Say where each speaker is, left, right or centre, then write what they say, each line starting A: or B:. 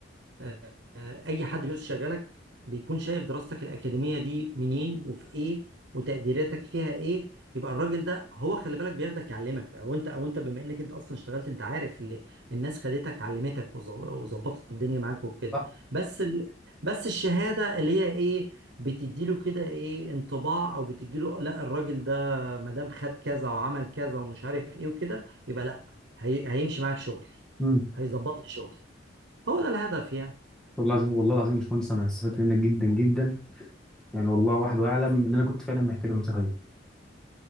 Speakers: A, on the right (about 80°); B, in the centre.
A: آه، آه، اي حد بيشغلك بيكون شايف دراستك الاكاديميه دي منين وفي ايه وتقديراتك فيها ايه يبقى الراجل ده هو خلي بالك بياخدك يعلمك او انت او انت بما انك انت اصلا اشتغلت انت عارف اللي الناس خدتك علمتك وظ- وظبطت الدنيا معاك وكده
B: صح
A: بس ال... بس الشهاده اللي هي ايه بتديله كده ايه انطباع او بتديله لا الراجل ده ما دام خد كذا وعمل كذا ومش عارف ايه وكده يبقى لا هي... هيمشي معاك شغل
B: امم
A: هيظبط لي شغل هو ده الهدف يعني
B: والله العظيم والله العظيم يا باشمهندس انا استفدت منك جدا جدا يعني والله واحد واعلم ان انا كنت فعلا محتاج النصيحه دي